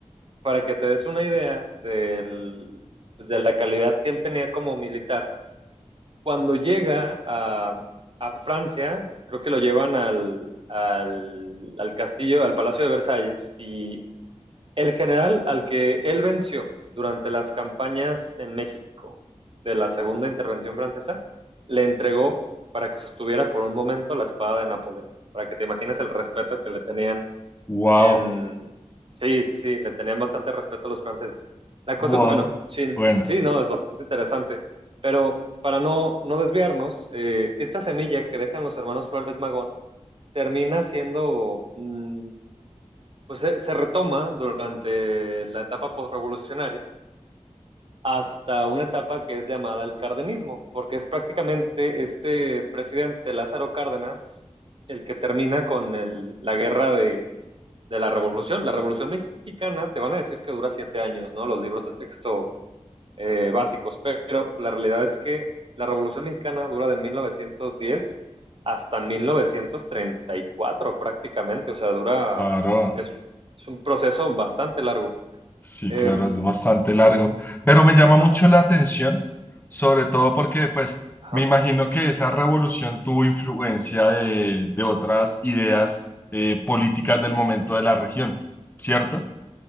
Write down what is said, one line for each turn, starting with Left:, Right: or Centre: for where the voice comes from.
Right: para que te des una idea del- pues, de la calidad que él tenía como militar, cuando llega a, a Francia, creo que lo llevan al, al, al castillo, al Palacio de Versalles, y el general al que él venció durante las campañas en México de la Segunda Intervención Francesa le entregó para que sostuviera por un momento la espada de Napoleón, para que te imagines el respeto que le tenían
Left: Wow.
Right: en... Sí, sí, le tenían bastante respeto a los franceses. La cosa,
Left: Wow.
Right: bueno, sí,
Left: Bueno,
Right: sí, no, es bastante interesante, pero para no, no desviarnos, eh, esta semilla que dejan los hermanos Flores Magón termina siendo mm, pues se, se retoma durante la etapa postrevolucionaria hasta una etapa que es llamada el cardenismo, porque es prácticamente este presidente Lázaro Cárdenas el que termina con el, la guerra de, de la revolución. La revolución mexicana, te van a decir que dura siete años, ¿no? Los libros de texto eh, básicos, pero la realidad es que la Revolución Mexicana dura de 1910 hasta 1934 prácticamente, o sea, dura,
Left: claro,
Right: es, es un proceso bastante largo.
Left: sí,
Right: Eh,
Left: claro, es bastante largo, pero me llama mucho
Right: ba-
Left: la atención, sobre todo porque, pues,
Right: ajá,
Left: me imagino que esa revolución tuvo influencia de, de otras ideas eh, políticas del momento de la región, ¿cierto?